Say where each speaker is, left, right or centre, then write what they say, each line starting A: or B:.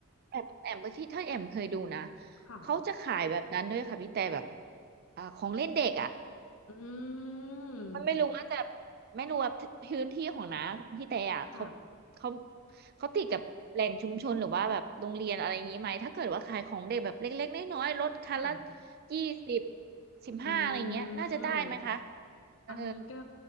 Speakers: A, on the right (about 45°); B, on the left (about 65°).
A: แอมแอมที่ถ้าแอมเคยดูนะ
B: ค่ะ
A: เขาจะขายแบบนั้นด้วยค่ะพี่แต่แบบอ่าของเล่นเด็กอ่ะ
B: อืม
A: มันไม่รู้ว่าจะไม่รู้ว่าพื้นที่ของน้าของพี่แต่อ่ะเขา
B: ค่ะ
A: เขาเขาติดกับแหล่งชุมชนหรือว่าแบบโรงเรียนอะไรอย่างนี้ไหมถ้าเกิดว่าขายของเด็กแบบเล็กๆน้อยๆลดคันละ
B: ค่ะ
A: ยี่สิบสิบห้าอะไรอย่างเงี้ยน่าจะได้ไหมคะ
B: อืม
A: เออ
B: อันนี้ก็